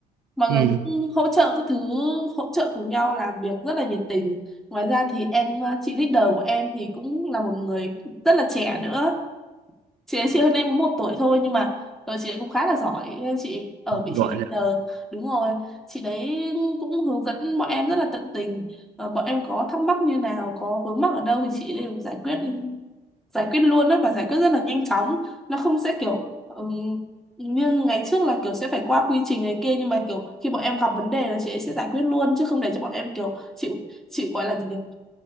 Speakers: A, in the centre; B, on the right.
A: mọi
B: Ừ.
A: người cũng hỗ trợ các thứ hỗ trợ cùng nhau làm việc rất là nhiệt tình ngoài ra thì em chị leader của em thì cũng là một người rất là trẻ nữa chị ấy chị hơn em một tuổi thôi nhưng mà rồi chị ấy cũng khá là giỏi chị ở vị
B: Gọi
A: trí
B: nhỉ?
A: leader đúng rồi chị đấy cũng hướng dẫn bọn em rất là tận tình Ờ, bọn em có thắc mắc như nào có vướng mắc ở đâu thì chị đều giải quyết giải quyết luôn đó và giải quyết rất là nhanh chóng nó không sẽ kiểu ừm, như ngày trước là kiểu sẽ phải qua quy trình này kia nhưng mà kiểu khi bọn em gặp vấn đề là chị ấy sẽ giải quyết luôn chứ không để cho bọn em kiểu chịu chịu gọi là gì nhỉ?